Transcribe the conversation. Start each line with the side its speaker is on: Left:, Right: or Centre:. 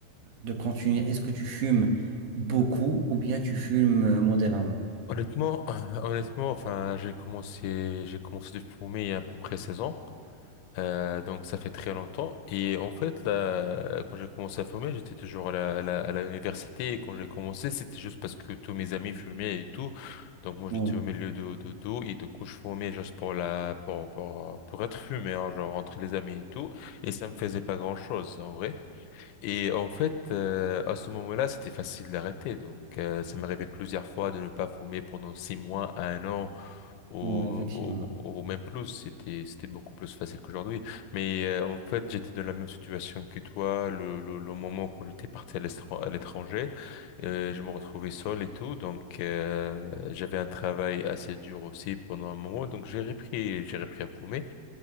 Right: de continuer, est-ce que tu fumes beaucoup ou bien tu fumes euh, modérément?
Left: Honnêtement, <laughs> honnêtement, enfin, j'ai commencé, j'ai commencé depuis pour mai il y a à peu près 16 ans. Euh, donc ça fait très longtemps. Et en fait, là, quand j'ai commencé à fumer, j'étais toujours à la, à la, à la université. Et quand j'ai commencé, c'était juste parce que tous mes amis fumaient et tout. Donc moi,
Right: Bon,
Left: j'étais au milieu de, de, d'eau et du coup, je fumais juste pour la, pour, pour, pour être fumé, hein, genre entre les amis et tout. Et ça me faisait pas grand-chose, en vrai. Et en fait, euh, à ce moment-là, c'était facile d'arrêter. Donc euh, ça m'arrivait plusieurs fois de ne pas fumer pendant six mois à un an au,
Right: Ouais, effectivement.
Left: au, au même plus, c'était c'était beaucoup plus facile qu'aujourd'hui. Mais euh, en fait, j'étais dans la même situation que toi, le, le, le moment qu'on était parti à l'estran- à l'étranger, euh, je me retrouvais seul et tout, donc euh, j'avais un travail assez dur aussi pendant un moment, donc j'ai repris j'ai repris à fumer.